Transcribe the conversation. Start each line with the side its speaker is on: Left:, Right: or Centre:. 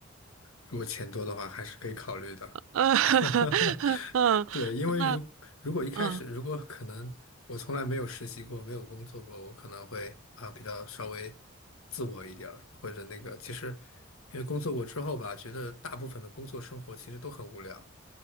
Left: 如果钱多的话，还是可以考虑的。
Right: 呃，<laughs>
Left: <laughs>
Right: 嗯，
Left: 对，因为如如果一开始，
Right: 那嗯
Left: 如果可能，我从来没有实习过，没有工作过，我可能会啊比较稍微自我一点儿，或者那个，其实因为工作过之后吧，觉得大部分的工作生活其实都很无聊。